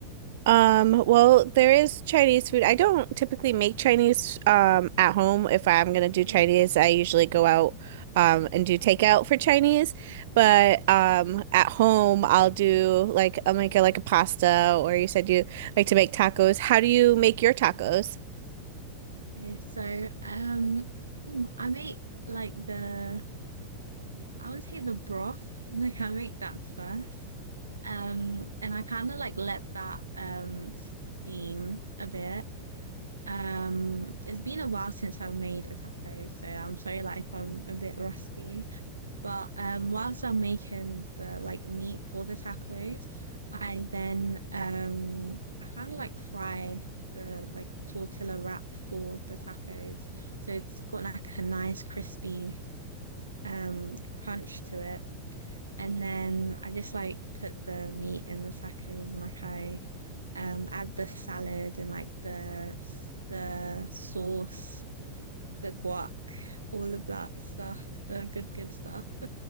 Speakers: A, on the right; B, on the right.
A: Um, well, there is Chinese food. I don't typically make Chinese um at home. If I'm gonna do
B: Hmm.
A: Chinese, I usually go out um and do takeout for Chinese. But um at home I'll do like I'll make a, like a pasta or you said you like to make tacos. How do you make your tacos?
B: Okay, so um <clears throat> I make like the I would say the broth. <laughs> Like I make that first. Um and I kind of like let that um steam a bit. Um, it's been a while since I've made a taco, so I'm sorry like if I'm a bit rusty. But um whilst I'm making the like meat for the tacos, I then um I kind of like fry the like tortilla wrap for the tacos. So it's got like a nice crispy um crunch to it. And then I just like put the meat in the tacos and like I um add the salad and like the the sauce, the guac, all of that stuff, the good good stuff. <laughs>